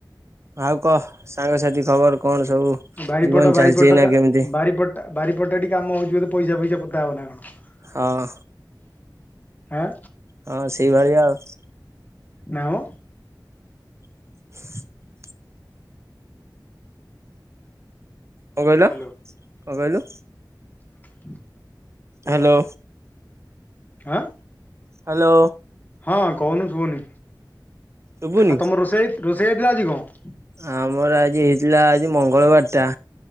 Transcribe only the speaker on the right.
ଆଉ କହ ସାଙ୍ଗସାଥି ଖବର କଣ ସବୁ?
ଜୀବନ ଚାଲିଛି
ଏଇନା କେମିତି
ହଁ।
ହଁ ସେଇଭଳିଆ ଆଉ।
<inaudible> କଣ କହିଲ
କଣ କହିଲୁ?
ହ୍ୟାଲୋ
ହ୍ୟାଲୋ
ଶୁଭୁନି?
ଆମର ଆଜି ହେଇଥିଲା ଆଜି ମଙ୍ଗଳବାର ଟା